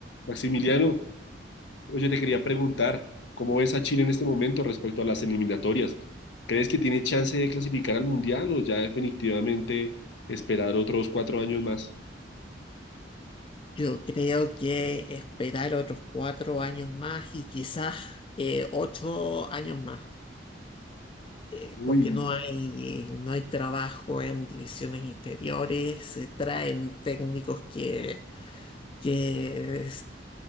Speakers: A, on the left; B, on the left.
A: Maximiliano, oye, te quería preguntar, ¿cómo ves a Chile en este momento respecto a las eliminatorias? ¿Crees que tiene chance de clasificar al Mundial o ya definitivamente esperar otros cuatro años más?
B: Yo creo que esperar otros cuatro años más y quizás eh, ocho años más, eh,
A: Uy,
B: porque no hay, no hay trabajo en divisiones inferiores, se traen técnicos que, que